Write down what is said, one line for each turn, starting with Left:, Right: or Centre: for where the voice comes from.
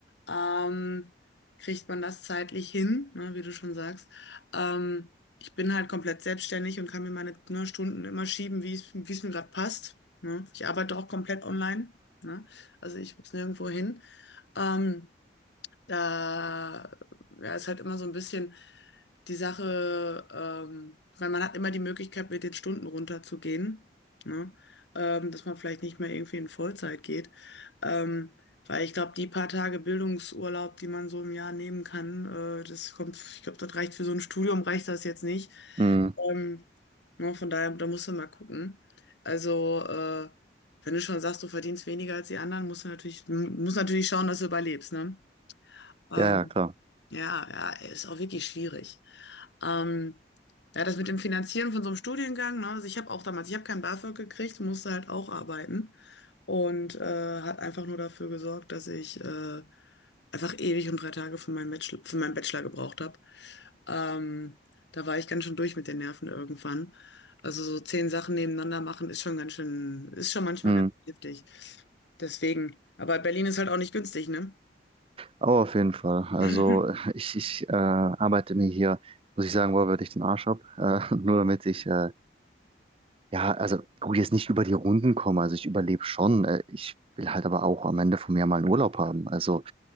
Left: ähm, kriegt man das zeitlich hin, ne, wie du schon sagst. Ähm, ich bin halt komplett selbstständig und kann mir meine, ne, Stunden immer schieben, wie es, wie es mir gerade passt. Ne? Ich arbeite auch komplett online. Ne? Also ich muss nirgendwo hin. Ähm, da ja, ist halt immer so ein bisschen die Sache, ähm, weil man hat immer die Möglichkeit, mit den Stunden runterzugehen, ne? Ähm, dass man vielleicht nicht mehr irgendwie in Vollzeit geht. Ähm, weil ich glaube, die paar Tage Bildungsurlaub, die man so im Jahr nehmen kann, äh, das kommt, ich glaube, das reicht für so ein Studium, reicht das jetzt nicht.
Right: Mm,
Left: Ähm, ne, von daher, da musst du mal gucken. Also, äh, wenn du schon sagst, du verdienst weniger als die anderen, musst du natürlich, m- musst natürlich schauen, dass du überlebst, ne? Ähm,
Right: ja, ja, klar.
Left: ja, ja, ist auch wirklich schwierig. Ähm, ja, das mit dem Finanzieren von so einem Studiengang, ne? Also ich habe auch damals, ich habe kein BAföG gekriegt, musste halt auch arbeiten und äh, hat einfach nur dafür gesorgt, dass ich äh, einfach ewig und drei Tage für meinen Bachelor, für meinen Bachelor gebraucht habe. Ähm, da war ich ganz schön durch mit den Nerven irgendwann. Also so zehn Sachen nebeneinander machen ist schon ganz schön, ist schon manchmal
Right: Mm,
Left: ganz heftig. Deswegen. Aber Berlin ist halt auch nicht günstig, ne?
Right: aber auf jeden Fall. Also
Left: <laughs>
Right: ich, ich äh, arbeite mir hier, muss ich sagen, wo würde ich den Arsch ab, äh, <laughs> nur damit ich äh, Ja, also gut, jetzt nicht über die Runden kommen. Also ich überlebe schon. Äh, Ich will halt aber auch am Ende vom Jahr mal einen Urlaub haben. Also,